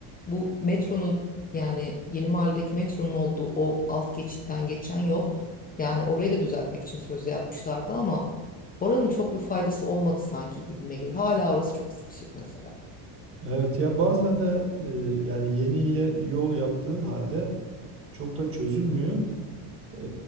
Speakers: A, on the left; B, on the right.
A: bu metronun yani yeni mahalledeki metronun olduğu o alt geçitten geçen yol yani orayı da düzeltmek için sözde yapmışlardı ama oranın çok bir faydası olmadı sanki gibime geliyor. Hala orası çok sıkışık mesela.
B: Evet ya bazen de e, yani yeni ye- yol yaptığın halde çok da çözülmüyor. E,